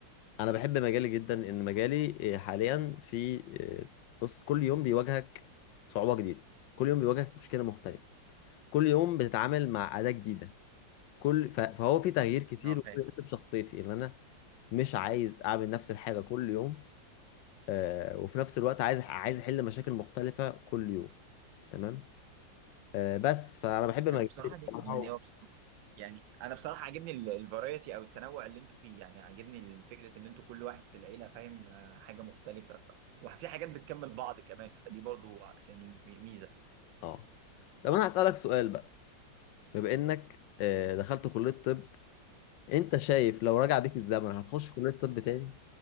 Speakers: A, on the left (about 75°); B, on the right (about 80°).
A: انا بحب مجالي جدا ان مجالي آه، حاليا في آه، بص كل يوم بيواجهك صعوبه جديده كل يوم بيواجهك مشكله مختلفه كل يوم بتتعامل مع اداه جديده كل ف- فهو في تغيير كتير
B: اه فاهم
A: وكل ده في شخصيتي اللي انا مش عايز اعمل نفس الحاجه كل يوم آه وفي نفس الوقت عايز عايز احل مشاكل مختلفه كل يوم تمام آه بس فانا بحب مجالي
B: هو بصراحه
A: <laughs>
B: دي
A: بصراحه
B: يعني
A: و-
B: هو يعني انا بصراحه عاجبني الفرايتي او التنوع اللي انتوا فيه يعني عاجبني فكره ان انتوا كل واحد في العيله فاهم آه، حاجه مختلفه ف- وفي حاجات بتكمل بعض كمان فدي برضو يعني ميزه
A: اه طب انا هسالك سؤال بقى بما انك آه دخلت كليه طب انت شايف لو رجع بيك الزمن هتخش كليه طب تاني